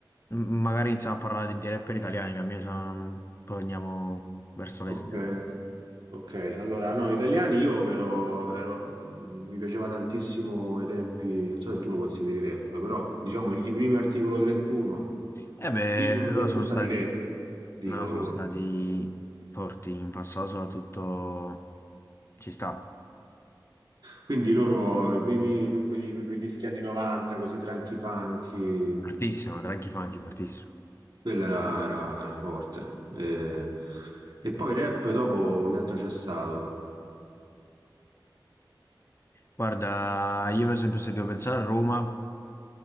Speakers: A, on the left; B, on the right.
A: m- magari iniziamo a parlare di, di rapper italiani, che a me sa- mm, poi andiamo verso l'estero.
B: ok, ok. Allora, no, italiani io me lo- ero- mh, mi piaceva tantissimo ai tempi, non so se tu lo consideri rap, però diciamo i primi articolo 31
A: E beh,
B: dicono di
A: loro
B: essere
A: sono stati,
B: stati rap, dicono
A: loro sono
B: loro.
A: stati forti in passato, soprattutto ci sta.
B: Quindi loro, i primi, quelli, i primi dischi anni 90, così tranchi funky,
A: Fortissimo, Tranchi Funky, fortissimo.
B: quello era, era- era forte. E, e poi rap dopo che altro c'è stato?
A: Guarda, io per esempio se devo pensare a Roma...